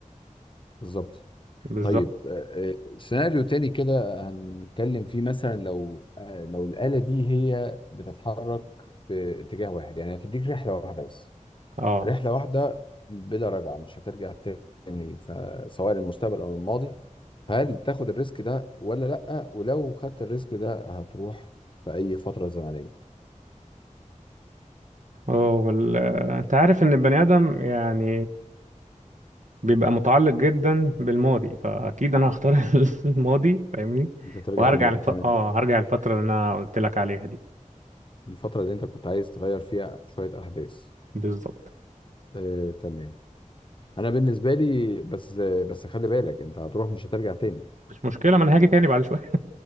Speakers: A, on the left; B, on the right.
A: بالظبط
B: بالظبط
A: طيب آه، آه، سيناريو تاني كده هنتكلم فيه مثلا لو آه، لو الآلة دي هي بتتحرك في اتجاه واحد يعني هتديك رحلة واحدة بس
B: اه
A: رحلة واحدة بلا رجعة مش هترجع تاني فسواء للمستقبل أو الماضي فهل تاخد الريسك ده ولا لأ ولو خدت الريسك ده هتروح في أي فترة زمنية
B: اه وال... انت عارف ان البني ادم يعني بيبقى متعلق جدا بالماضي فاكيد انا هختار <laughs> الماضي فاهمني
A: انت ترجع
B: وهرجع
A: الماضي
B: لف...
A: تمام
B: اه هرجع الفتره اللي انا قلت لك عليها دي
A: الفترة اللي انت كنت عايز تغير فيها شوية أحداث
B: بالظبط
A: آه، تمام انا بالنسبه لي بس بس خلي بالك انت هتروح مش هترجع تاني
B: مش مشكله ما انا هاجي تاني بعد شويه